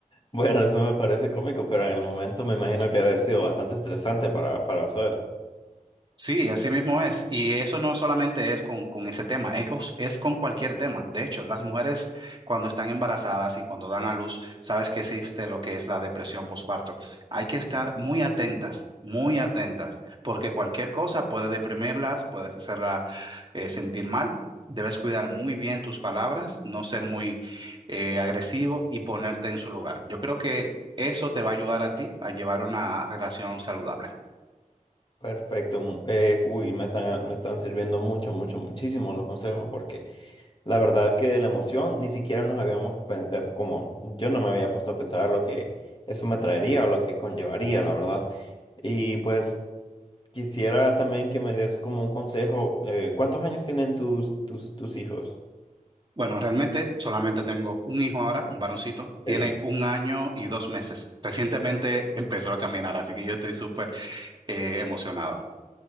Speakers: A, on the left; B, on the right.
A: Bueno, eso me parece cómico, pero en el momento me imagino que debe haber sido bastante estresante para, para usted.
B: Sí, así mismo es. Y eso no solamente es con, con ese tema, es, cos- es con cualquier tema. De hecho, las mujeres cuando están embarazadas y cuando dan a luz, sabes que existe lo que es la depresión postparto. Hay que estar muy atentas, muy atentas, porque cualquier cosa puede deprimirlas, puedes hacerla eh, sentir mal. Debes cuidar muy bien tus palabras, no ser muy eh, agresivo y ponerte en su lugar. Yo creo que eso te va a ayudar a ti a llevar una relación saludable.
A: Perfecto. mm, eh, uy, me están, me están sirviendo mucho, mucho, muchísimo los consejos porque La verdad que de la emoción ni siquiera nos habíamos pen- eh, como yo no me había puesto a pensar lo que eso me traería o lo que conllevaría, la verdad. Y pues quisiera también que me des como un consejo. eh, ¿cuántos años tienen tus, tus, tus hijos?
B: Bueno, realmente solamente tengo un hijo ahora, un varoncito.
A: Ok.
B: Tiene un año y dos meses. Recientemente <laughs> empezó a caminar, así que yo estoy súper eh, emocionado.